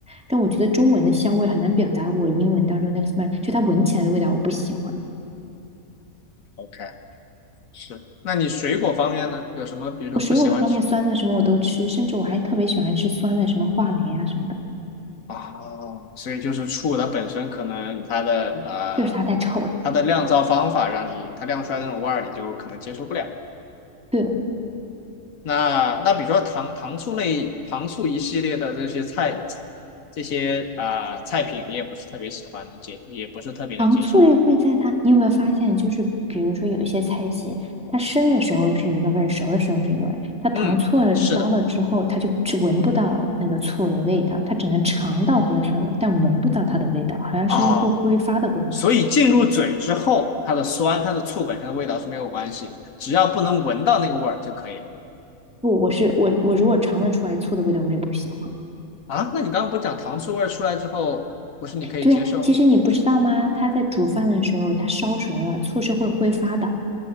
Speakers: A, in the centre; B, on the left (about 70°).
A: 但我觉得中文的香味很难表达我英文当中那个 smell，就它闻起来的味道我不喜欢。
B: ？OK，是，那你水果方面呢？有什么比如说不喜欢吃？
A: 我水果方面酸的什么我都吃，甚至我还特别喜欢吃酸的什么话梅啊什么的，
B: 哦，所以就是醋它本身可能它的呃
A: 就是它太臭了。
B: 它的酿造方法让你它酿出来的那种味儿，你就可能接受不了。
A: 对了，
B: 那那比如说糖糖醋类糖醋一系列的这些菜这些啊、呃菜品，你也不是特别喜欢，能接也不是特别能接受。
A: 糖醋类会在它，你有没有发现，就是比如说有一些菜系，它生的时候是一个味儿，熟的时候是一个味儿，它糖醋了烧了之后，
B: 嗯，是的。
A: 它就是闻不到那个醋的味道，它只能尝到它的酸味，但闻不到它的味道，好像是用后挥发的关系。
B: 啊、所以进入嘴之后，它的酸、它的醋本身的味道是没有关系，只要不能闻到那个味儿就可以了。
A: 不，我是我我如果尝得出来醋的味道，我也不喜欢。
B: 啊，那你刚刚不讲糖醋味儿出来之后，不是你可以接受吗？
A: 对呀，啊其实你不知道吗？它在煮饭的时候，它烧熟了，醋是会挥发的。